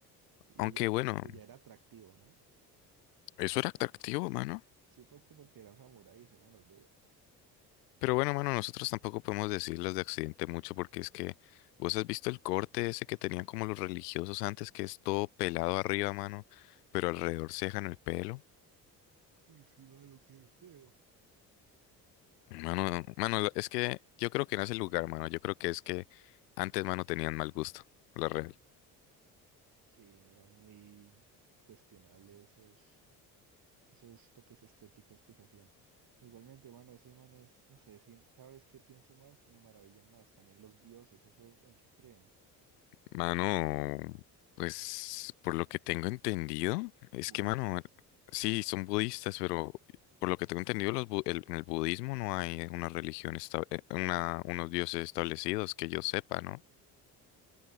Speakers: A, on the right (about 50°); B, on the left (about 80°).
A: Y
B: Aunque
A: ella,
B: bueno,
A: ella era atractivo, ¿no?
B: eso era atractivo, mano.
A: Sí, pues que porque eran samuráis, eran los duros.
B: Pero bueno, mano, nosotros tampoco podemos decir los de accidente mucho porque es que vos has visto el corte ese que tenían como los religiosos antes, que es todo pelado arriba, mano, pero alrededor se dejan el pelo.
A: Uy, sí, mano, qué feo.
B: Mano, mano, lo- es que yo creo que no es el lugar, mano. Yo creo que es que antes, mano, tenían mal gusto, la real.
A: Sí, era muy cuestionable esos, esos toques estéticos que se hacían. Igualmente, bueno, esos manes, no sé, sí, cada vez que pienso más, me maravillan más. También los dioses, ¿esos en qué creen?
B: Mano, pues por lo que tengo entendido, es
A: ¿Budistas?
B: que, mano, sí, son budistas, pero por lo que tengo entendido, los bu- el- en el budismo no hay una religión, esta- eh, una, unos dioses establecidos que yo sepa, ¿no?